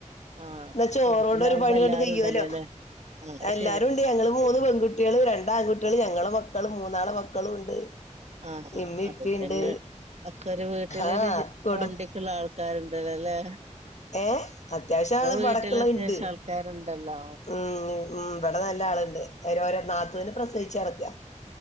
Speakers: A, on the right; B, on the left.
A: ആ
B: ന്നാ ചോറോണ്ടൊരു
A: വീട്ടിലാവുമ്പോ
B: പണിയോണ്ട്
A: എല്ലാരും
B: കയ്യോലോ
A: ഉണ്ടല്ലോ അല്ലേ ആ അത്
B: എല്ലാരും
A: ശരി
B: ഉണ്ട് ഞങ്ങള് മൂന്ന് പെൺകുട്ടികള് രണ്ടാൺകുട്ടികള് ഞങ്ങള മക്കളും മൂന്നാളെ മക്കളും ഉണ്ട്
A: അ ആ
B: ഇമ്മി
A: അപ്പൊ
B: ഇപ്പിണ്ട്
A: പിന്നെ ഒക്കൊരു വീട്ടിലൊരു
B: ആഹ്
A: ജ്
B: കൊടും
A: വണ്ടി ക്ക്ള്ള ആൾക്കാര്ണ്ടല്ലോ ല്ലെ
B: ഏ അത്യാവശ്യ ആളെ <unintelligible>
A: വീട്ടിൽ അത്യാവശ്യം
B: ഇണ്ട്
A: ആൾക്കാരുണ്ടല്ലോ
B: ഉം ഉം ഇവിടെ നല്ല ആളുണ്ട് എര ഒര നാത്തൂന് പ്രസവിച്ച് കിടക്കാ